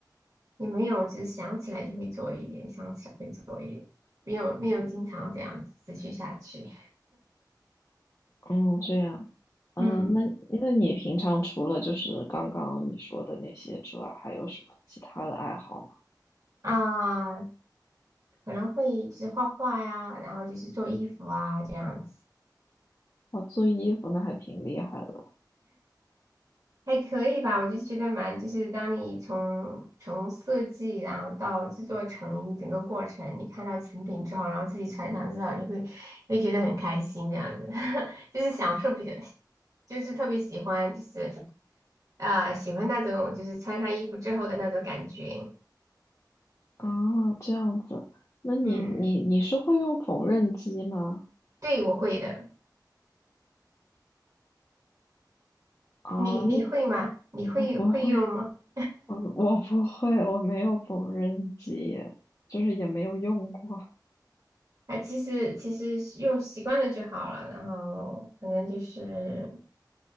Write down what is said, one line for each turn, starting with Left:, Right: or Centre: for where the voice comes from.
Right: 也没有，就是想起来就会做一点，想起来会做一点，没有没有经常这样子持续下去。
Left: 嗯，这样。
Right: <laughs>
Left: 嗯，
Right: 嗯
Left: 那那你平常除了就是刚刚你说的那些之外，还有什么其他的爱好吗？
Right: 啊，可能会就是画画呀，然后就是做衣服啊这样子，
Left: 哇，做衣服那还挺厉害的
Right: 还可以吧。我就觉得蛮，就是当你从从设计，然后到制作成衣整个过程，你看到成品之后，然后自己穿上之后，你会会觉得很开心这样子，<laughs> 就是享受比较，就是特别喜欢，就是啊、呃喜欢那种就是穿上衣服之后的那种感觉。
Left: 啊，这样子。那你你你是会用缝纫机吗？
Right: 嗯，对，我会的。
Left: 啊，
Right: 你你会吗？
Left: 那
Right: 你会会用吗？
Left: 我不会，
Right: <laughs>
Left: 我我不会，我没有缝纫机，就是也没有用过。
Right: 哎，其实其实用习惯了就好了。然后反正就是